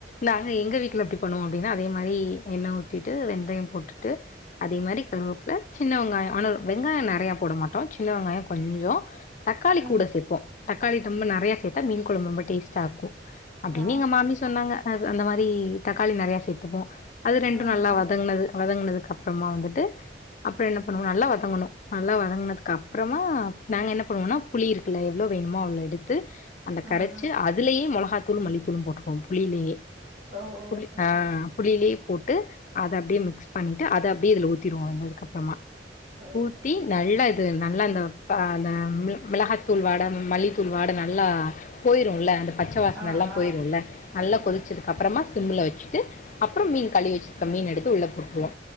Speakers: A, on the left (about 45°); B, on the right (about 55°).
A: நாங்க எங்க வீட்ல எப்டி பண்ணுவோ அப்டின்னா அதே மாரி எண்ண ஊத்திட்டு வெந்தயம் போட்டுட்டு அதே மாரி கருவப்புல சின்ன வெங்காயோ ஆனா வெங்காயோ நெறைய போட மாட்டோ சி ன்ன வெங்காயோ கொஞ்சோ தக்காளி
B: ம்
A: கூட சேப்போ தக்காளி <unintelligible> நெறைய சேத்தா மீன் கொழம்பு ரொம்ப டேஸ்ட் சாக்கு அப்டின்னு
B: ஆ
A: எங்க மாமி சொன்னாங்க அது அந்த மாரி தக்காளி நெறைய சேத்துப்போ அது ரெண்டு
B: ம் ம்
A: நல்லா வதங்னது வதங்னதுக்கு அப்றமா வந்துட்டு அப்றோ என்ன பண்ணுவோ நல்லா வதங்கணு நல்லா வதங்னதுக்கு அப்றமா நாங்க என்ன பண்ணுவோனா புளி இருக்ல எவ்ளோ வேணுமோ அவ்ளோ எடுத்து அந்த
B: ம்
A: கரைச்சு
B: ம்
A: அதுலயே மொளகாத்தூளு மல்லித்தூளு போட்டுவோ புளிலயே
B: ஓ ஓ
A: புளி
B: சரி
A: ஆ
B: சரி
A: புளிலயே போட்டு அத அப்டியே மிக்ஸ் பண்ட்டு அத அப்டியே இதுல ஊத்திடுவோ வெந்ததுக்கப்றமா
B: ஓ
A: ஊத்தி
B: சரி சரி
A: நல்ல நல்லா அந்த ப அந்த மிளகாத்தூள் வாட மல்லித்தூள் வாட நல்லா போய்ருல்ல அந்த பச்ச வாசனல்லா
B: ஆ ஆ
A: போயிருல்ல நல்லா
B: புரியுது
A: கொதிச்சதுக்கு அப்றமா சிம்ல வச்சுட்டு அப்றோ மீன் கழுவி வச்சிருக்க மீன் எடுத்து உள்ள போட்ருவோ